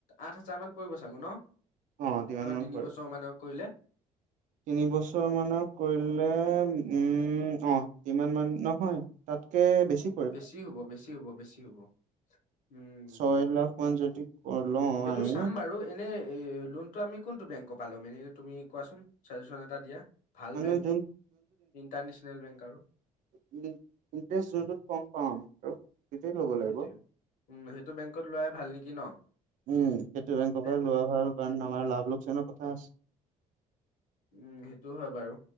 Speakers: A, on the left (about 75°); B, on the right (about 65°).
A: আঠ হাজাৰ মান পৰিব চাগে ন?
B: অ তিমান
A: ধৰ
B: মান
A: তিনিবছৰ
B: কৰিব
A: মানৰ কৰিলে
B: তিনি বছৰ মানৰ কৰিলে উম অ ইমান মান নহয় তাত তকে বেছ ছি পৰিব
A: বেছি হ'ব বেছি হ'ব বেছি হ'ব। উম।
B: ছয় লাখ মান যদি লওঁ
A: সেইটো
B: আমি
A: চাম বাৰু এনেই এই লোনটো আমি কোনটো বেংকৰ পা লম এনেই তুমি কোৱাচোন ছাজেচন এটা দিয়া। ভাল
B: মানে
A: বেংক,
B: যোন
A: ইণ্টাৰনেচনেল বেংক আৰু।
B: <unintelligible> ইণ্টাৰেষ্ট যোনটোত কম পাওঁ আৰু ল'ব
A: সেইটোয়ে,
B: লাগিব
A: উম সেইটো বেংকত লোৱাই ভাল নেকি ন?
B: উম, সেইটো বেংকৰ
A: এ
B: পৰা লোৱা ভাল কাৰণ আমাৰ লাভ লোকচানৰ কথা আছে।
A: উম, সেইটো হয় বাৰু,